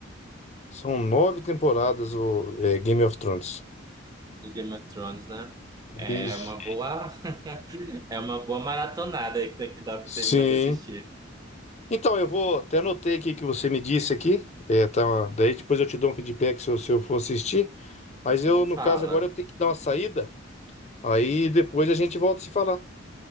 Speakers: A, on the left (about 35°); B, on the right (about 20°).
A: são nove temporadas o é, Game of Thrones.
B: de Game of Thrones, né? É
A: Isso.
B: uma boa, <laughs> é uma boa maratonada aí que tem que dar pra
A: Sim.
B: terminar de assistir.
A: Então, eu vou até anotei aqui que você me disse aqui. É, tá, daí depois eu te dou um feedback se eu, se eu for assistir. Mas eu,
B: Me
A: no
B: fala.
A: caso, agora eu tenho que dar uma saída. Aí depois a gente volta a se falar.